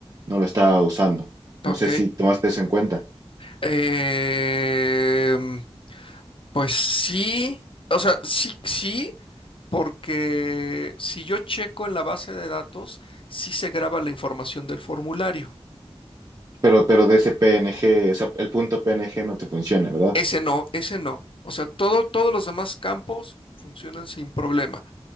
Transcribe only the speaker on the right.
no lo está usando.
No sé si tomaste eso en cuenta,
pero, pero de ese PNG, o sea, el punto PNG no te funciona, ¿verdad?